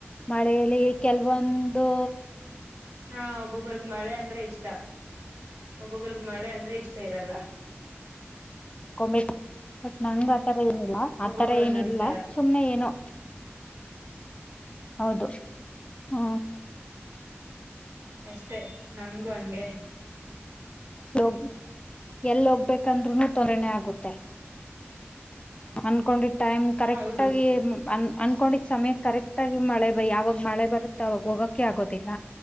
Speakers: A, on the left; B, on the right.
A: ಮಳೆಯಲ್ಲಿ ಕೆಲವೊಂದು.
B: ಹಾ ಒಬ್ಬೊಬ್ರಗ್ ಮಳೆ ಅಂದ್ರೆ ಇಷ್ಟ ಒಬ್ಬೊಬ್ಬ್ರಗ್ ಮಳೆ ಅಂದ್ರೆ ಇಷ್ಟ ಇರಲ್ಲ.
A: ಂಬಿ ಬಟ್ ನಂಗ ಆಥರ ಏನಿಲ್ಲ ಆತರ
B: ಒಬ್ಬೊಬ್ರು ಒಂದೊಂದ್
A: ಏನಿಲ್ಲ
B: ತರ
A: ಸುಮ್ಮನೆ ಏನು. ಹೌದು. ಹಾ.
B: ಅಷ್ಟೆ ನಮ್ಗೂ ಹಂಗೆ.
A: ೋಗ ಎಲ್ಲ ಹೋಗ್ಬೇಕಂದ್ರುನು ತತ್ೋರಣೆ ಆಗುತ್ತೆ. ಅನ್ಕೊಂಡಿ. ಟೈಮ್ ಕರೆಕ್ಟ್
B: ಹೌದು
A: ಆಗಿ ಅನ್ಕೊಂಡಿದ ಸಮಯ ಕರೆಕ್ಟ್. ಾಗಿ ಮಳೆ ಯಾವಾಗ ಮಳೆ ಬರುತ್ತೋ ಅವಾಗ ಹೋಗಕ್ಕೆ ಆಗೋದಿಲ್ಲ